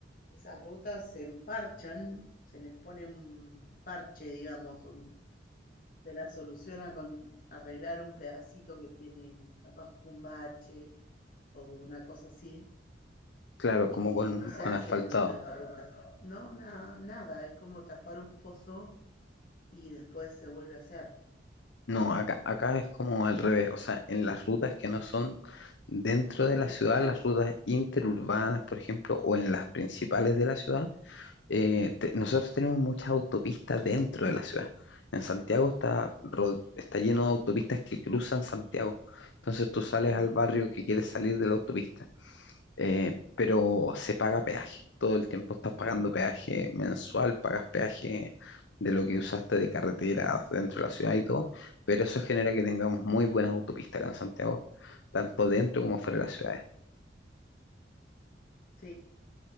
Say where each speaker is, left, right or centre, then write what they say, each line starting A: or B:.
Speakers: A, on the left; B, on the left.
A: esas rutas se emparchan, se les pone un parche, digamos, un- se la soluciona con arreglar un pedacito que tiene capaz que un bache o una cosa así,
B: Claro, como
A: y
B: con,
A: no se
B: con
A: hace
B: asfaltado.
A: una nueva ruta. No, na- nada, es como tapar un pozo y después se vuelve a hacer.
B: No, acá, acá es como al revés. O sea, en las rutas que no son dentro de
A: principales.
B: la ciudad, las rutas interurbanas, por ejemplo, o en las principales de la ciudad, eh,
A: Mm,
B: te- nosotros tenemos muchas autopistas dentro de la ciudad. En Santiago está, ro- está lleno de autopistas que cruzan Santiago. Entonces tú sales
A: sí,
B: al barrio que quieres salir de la autopista, eh, pero se paga peaje. Todo el tiempo estás pagando
A: sí,
B: peaje mensual, pagas peaje de lo que usaste de carreteras dentro de la ciudad y todo, pero eso genera que tengamos muy buenas autopistas acá en Santiago, tanto dentro como fuera de las ciudades.
A: sí.